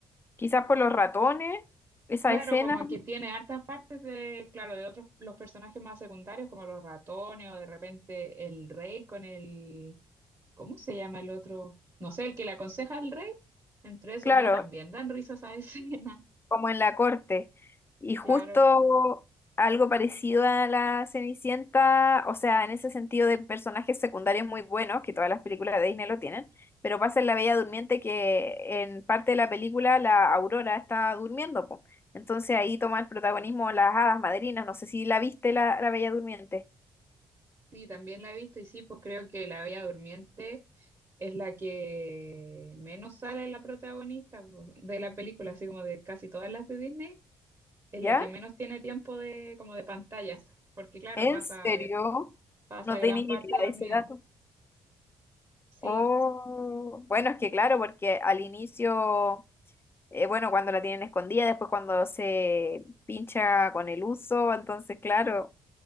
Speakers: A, on the left (about 25°); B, on the right (about 35°).
A: Quizás por los ratones, esa
B: Claro,
A: escena,
B: como que tiene hartas partes de, claro, de otros, los personajes más secundarios, como los ratones o de repente el rey con el ¿Cómo se llama el otro? No sé, el que le aconseja al rey. Entre esos
A: claro.
B: dos también dan risas a esa <laughs> escena,
A: como en la corte. Y justo
B: claro.
A: algo parecido a la Cenicienta, o sea, en ese sentido de personajes secundarios muy buenos, que todas las películas de Disney lo tienen, pero pasa en La Bella Durmiente que en parte de la película la Aurora está durmiendo, po. Entonces ahí toma el protagonismo las hadas madrinas, no sé si la viste la, la Bella Durmiente,
B: Sí, también la he visto y sí, pues creo que la Bella Durmiente es la que menos sale la protagonista pues, de la película, así como de casi todas las de Disney, es
A: ¿ya?
B: la que menos tiene tiempo de como de pantallas, porque claro,
A: ¿En
B: pasa
A: serio?
B: pasa
A: No
B: gran
A: tenía
B: parte
A: ni idea
B: dormida.
A: de ese dato.
B: Sí,
A: Oh, bueno, es que claro, porque al inicio... eh, bueno, cuando la tienen escondida, después cuando se pincha con el uso, entonces claro,